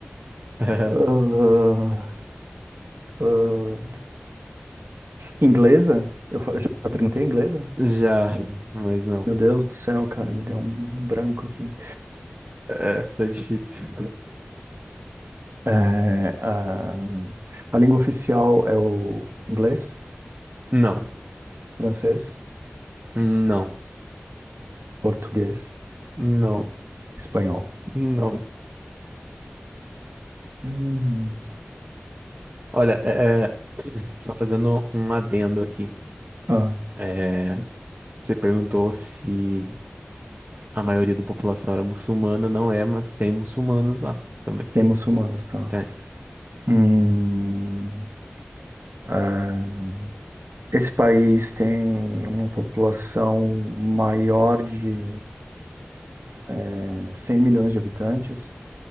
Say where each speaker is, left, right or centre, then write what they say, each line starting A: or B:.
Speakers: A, on the right; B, on the right.
A: É,
B: ah, ah, inglesa. Eu fa- já perguntei inglesa?
A: já, mas não.
B: Meu Deus do céu, cara, me deu um branco aqui.
A: Essa é difícil.
B: É, a, a língua oficial é o inglês,
A: Não,
B: francês,
A: não,
B: português,
A: não,
B: espanhol.
A: não.
B: Hum.
A: Olha, é, é, <clears throat> só fazendo um adendo aqui.
B: Ah,
A: É, você perguntou se a maioria da população era muçulmana, não é, mas tem muçulmanos lá também.
B: tem muçulmanos, tá?
A: Tem.
B: Hum, ah, esse país tem uma população maior de eh, 100 milhões de habitantes.